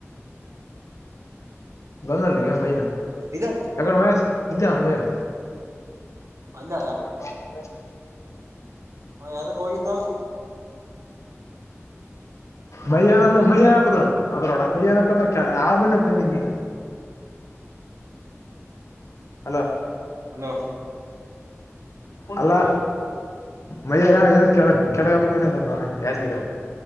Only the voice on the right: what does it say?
ಇದ
ಅಲ್ಲ
ಹಾ ಯಾದ್ಕ್ ಹೋಗಿದ್ದು.
ಹಲೋ